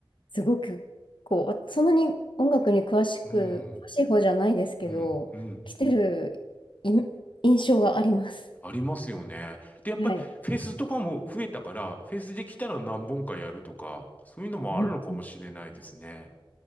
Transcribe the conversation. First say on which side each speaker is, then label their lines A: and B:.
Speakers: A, on the left; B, on the left.
A: すごく、こう、あそんなに音楽に詳しく、
B: うん、
A: 詳しい方じゃないですけど、
B: うん、うん。
A: 来てるイン印象があります。
B: ありますよね。で、やっぱりフェスとかも増えたから、
A: はい。
B: フェスで来たら何本かやるとか、そういうのもあるのかもしれないですね。
A: うんうん